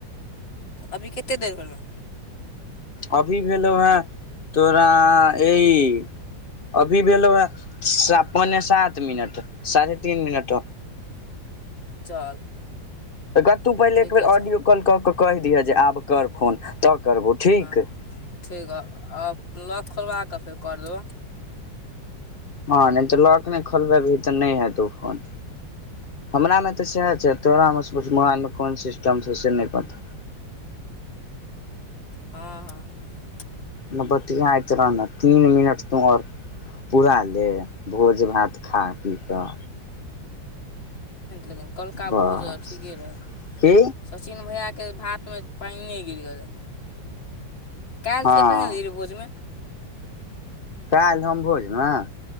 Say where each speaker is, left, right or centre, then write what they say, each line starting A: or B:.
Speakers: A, on the left; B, on the left.
A: अभी कते देर भेलो
B: अभी भेलो हँ तोरा ई अभी भेलो ह पौने सात मिनट साढ़े तीन मिनट <inaudible>
A: चल
B: कतहुँ पहिले
A: ठीके
B: एक बेर ऑडियो
A: छौ
B: कॉल कऽ कहि दिहऽ जे आब कर फोन तऽ करबौ ठीक
A: हँ ठीक हइ आ लॉक खोलवा कऽ फेर कर देबो
B: हँ नहि तऽ लॉक नहि खोलबैबही तऽ नहि हेतौ फोन हमरामे तऽ सएह छै तोरामे सुच मोबालमे कोन सिस्टम छै से नहि पता <inaudible>
A: हँ हँ <inaudible>
B: न बतियाइत रह न तीन मिनट तू आओर पूरा ले भोज भात खा पी कऽ
A: लेकिन कौलका
B: बस
A: भोज ठीके रहै
B: की
A: सचिन भैया के के भातमे पाइने गिर गेलै कल
B: हँ
A: तू कखैन एलही रे भोजमे
B: काल्हि हम भोजमे